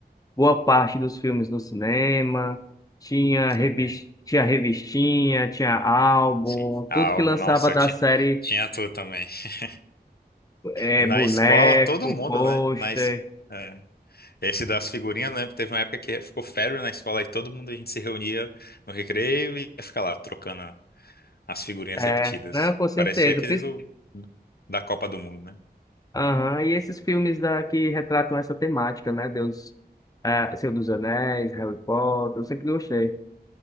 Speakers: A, on the left (about 20°); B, on the left (about 65°).
A: boa parte dos filmes no cinema, tinha revista,
B: Também.
A: tinha revistinha, tinha álbum,
B: Sim. Ah,
A: tudo
B: Álbum,
A: que lançava
B: nossa,
A: da
B: eu tinha,
A: série,
B: tinha tudo também. <laughs>
A: é,
B: E na
A: boneco,
B: escola, todo mundo,
A: pôster,
B: né? Na es... é. Esse das figurinhas, né? Teve uma época que ficou férias na escola e todo mundo a gente se reunia no recreio e ia ficar lá trocando as figurinhas
A: é,
B: repetidas.
A: não, com certeza.
B: Parecia aqueles do, da Copa do Mundo, né?
A: Aham, E esses filmes da, que retratam essa temática, né? Deus, é, Senhor dos Anéis, Harry Potter, eu sempre gostei.